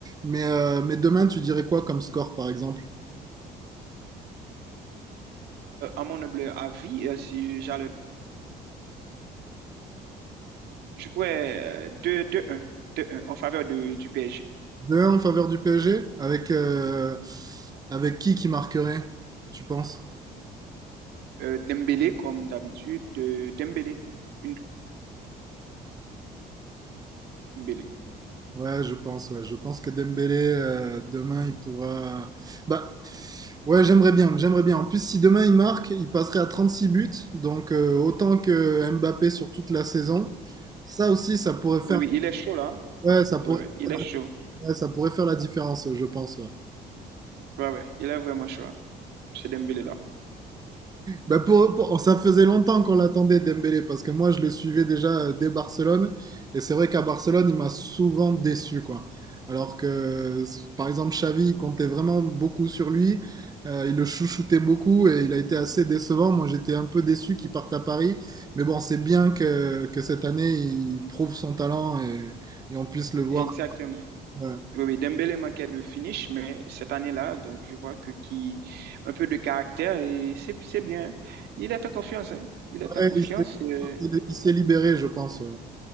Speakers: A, on the right; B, on the right.
A: Mais, euh, mais demain, tu dirais quoi comme score, par exemple?
B: Euh, à mon humble avis, euh, si j'allais, je pourrais euh, deux deux un deux un en faveur de- du PSG.
A: deux 1 en faveur du PSG, avec euh, avec qui qui marquerait, tu penses?
B: Euh, Dembélé, comme d'habitude, de Dembélé. Une Dembélé.
A: Ouais, je pense, ouais, je pense que Dembélé euh, demain, il pourra. Bah, Ouais, j'aimerais bien, j'aimerais bien. En plus, si demain il marque, il passerait à 36 buts, donc euh, autant que Mbappé sur toute la saison. Ça aussi, ça pourrait faire,
B: Oui, oui, il est chaud là.
A: ouais, ça pourrait,
B: Oui, oui, il est chaud.
A: ouais, ça pourrait faire la différence, je pense. ouais.
B: Oui, oui, il est vraiment chaud. c'est Dembélé là.
A: Bah pour, pour- oh, ça faisait longtemps qu'on l'attendait Dembélé parce que moi je le suivais déjà euh, dès Barcelone et c'est vrai qu'à Barcelone il m'a souvent déçu quoi. Alors que par exemple Xavi il comptait vraiment beaucoup sur lui, euh, il le chouchoutait beaucoup et il a été assez décevant. Moi j'étais un peu déçu qu'il parte à Paris, mais bon c'est bien que, que cette année il prouve son talent et, et on puisse le voir.
B: Exactement.
A: Ouais,
B: Oui, oui, Dembélé manquait de finish, mais cette année-là, donc je vois que qui un peu de caractère et c'est c'est bien. Il est en confiance, hein. Il
A: Ouais,
B: est en confiance.
A: il s'est
B: euh,
A: il s'est libéré je pense. ouais.